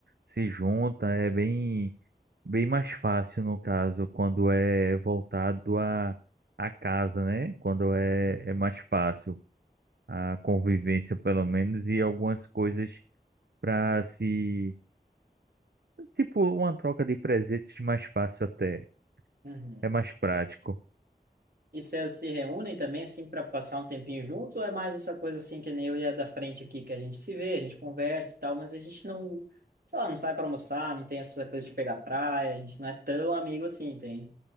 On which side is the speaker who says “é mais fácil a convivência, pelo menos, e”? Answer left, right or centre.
Right